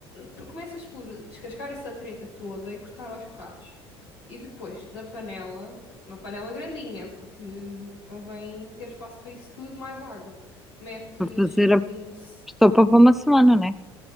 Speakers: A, on the left (about 80°); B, in the centre.
A: tu começas por descascar essa treta toda e cortar aos bocados. E depois, na panela, uma panela grandinha, porque convém ter espaço para isso tudo, mais água. Metes
B: para fazer
A: um bocadinho
B: a
A: de. s-
B: sopa para uma semana, né?